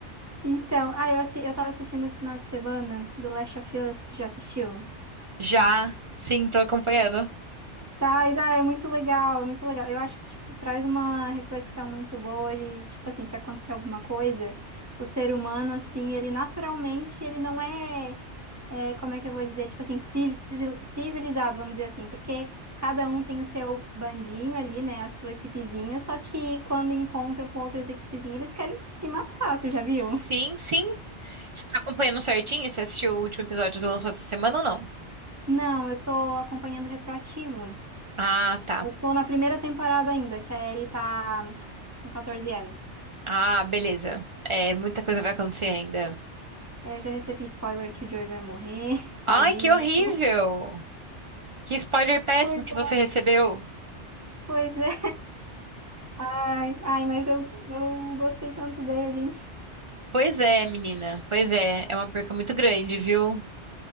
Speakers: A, on the right; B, on the right.
A: Então, ah, eu, assi eu tava assistindo esse final de semana do Last of Us, tu já assistiu?
B: Já. Sim, tô acompanhando.
A: Tá, e, ah, é muito legal, muito legal. Eu acho que, tipo, traz uma reflexão muito boa de, tipo assim, se acontecer alguma coisa, o ser humano, assim, ele naturalmente, ele não é. é, como é que eu vou dizer, tipo assim, civili- civilizado, vamos dizer assim, porque cada um tem o seu bandinho ali, né, a sua equipezinha, só que quando encontram com outras equipezinhas, eles querem se matar, tu já viu?
B: Sim, sim. Você tá acompanhando certinho? Você assistiu o último episódio que lançou essa semana ou não?
A: Não, eu tô acompanhando retroativo.
B: Ah, tá.
A: Eu tô na primeira temporada ainda, que a Ellie tá com 14 anos.
B: Ah, beleza. É, muita coisa vai acontecer ainda.
A: É, Eu já recebi spoiler que o Joey vai morrer, <laughs> tadinho.
B: Ai, que horrível! Que spoiler péssimo
A: Pois
B: que
A: é,
B: você recebeu.
A: pois é. Ai, ai, mas eu, eu gostei tanto dele.
B: Pois é, menina. Pois é, é uma perca muito grande, viu?